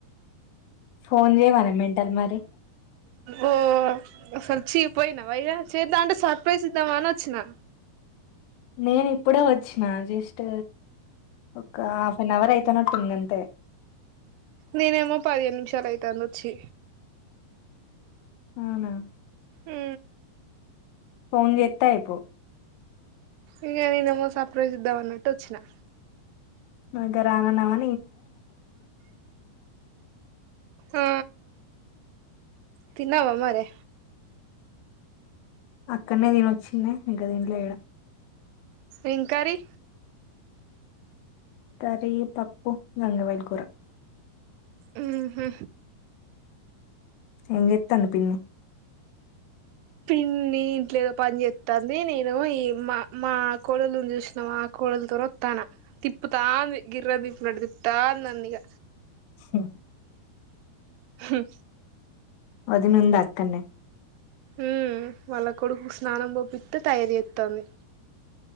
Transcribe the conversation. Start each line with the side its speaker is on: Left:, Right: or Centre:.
Left: ఫోన్ చేయమనే మెంటల్ మరి
Right: ఓ అసలు చీపోయినా వయ్యా చేద్దా అంటే సర్ప్రైజ్ ఇద్దామ అని వచ్చినా
Left: నేను ఇప్పుడే వచ్చిన జస్ట్ ఒక హాఫ్ అన్ అవర్ అయి పత్తనటి ఇంగంత
Right: నేనేమో పదిహేను నిమిషాలు అయితుంది వచ్చి
Left: అవునా
Right: ఉ
Left: ఫోన్ చెత్తాపో
Right: ఇంకా నేనే ఏమో సర్ప్రైజ్ ఇద్దామ అన్నట్టు వచ్చినా
Left: అంటే రానన్నావా
Right: ఆ తిన్నావా మరే
Left: అక్కనే దీని వచ్చిందిే ఇంకా దీంట్లో వేయడం
Right: ఏం కర్రీ
Left: కర్రీ పప్పుూ గంగవేల్ కూూర
Right: ఊహు
Left: ఎంగేత్తను పిన్న
Right: పిన్ని ఇంట్లో ఏదో పని చేస్తాంది నేను ఈ మా మా కోడలు ను చూసినాము ఆ కో త త తాన తిప్పుతాంద గిర్ర దిప్పు నడి తిప్పుతాంద నందీగ
Left: స
Right: హ
Left: ది ను దక్కనే
Right: ఉ వాళ్ళ కొడుకు స్నానం పపిస్తే తయారీ చేస్తుంది